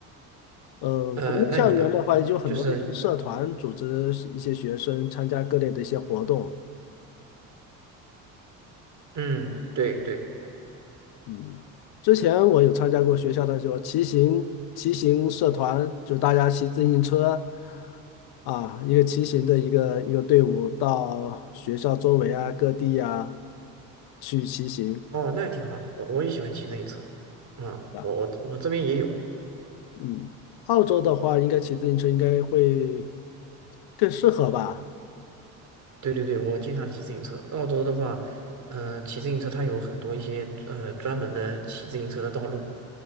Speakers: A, on the left; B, on the right.
A: 呃，
B: 呃，
A: 国内校园的话，
B: 那你呢？
A: 也就很多的社团组织一些学生参加各类的一些活动。
B: 就是嗯，对对。
A: 嗯，之前我有参加过学校的就是骑行骑行社团，就是大家骑自行车啊，一个骑行的一个一个队伍到学校周围啊、各地呀去骑行，
B: 哦，那也挺好的，我我也喜欢骑自行车，啊、
A: 对吧？
B: 我我我这边也有，
A: 嗯，澳洲的话，应该骑自行车应该会更适合吧？
B: 对对对，我经常骑自行车。澳洲的话，嗯、骑自行车它有很多一些呃专门的骑自行车的道路，